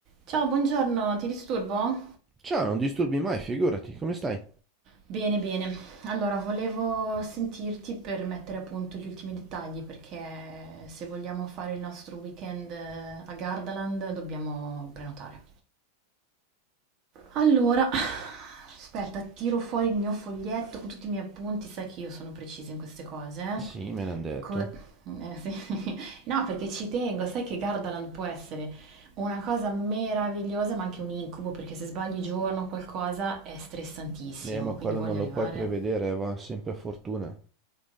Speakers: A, on the right; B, on the right.
A: Ciao, buongiorno, ti disturbo?
B: Ciao, non disturbi mai, figurati, come stai?
A: Bene, bene. Allora, volevo sentirti per mettere a punto gli ultimi dettagli perché se vogliamo fare il nostro weekend eh, a Gardaland dobbiamo prenotare. Allora, aspetta, tiro fuori il mio foglietto con tutti i miei appunti, sai che io sono precisa in queste cose, eh?
B: Sì, me l'han detto.
A: Co- eh, sì. <laughs> No, perché ci tengo, sai che Gardaland può essere una cosa meravigliosa, ma anche un incubo, perché se sbagli giorno o qualcosa è stressantissimo,
B: Eh, ma
A: quindi
B: quello
A: voglio
B: non lo
A: arrivare.
B: puoi prevedere, va sempre a fortuna.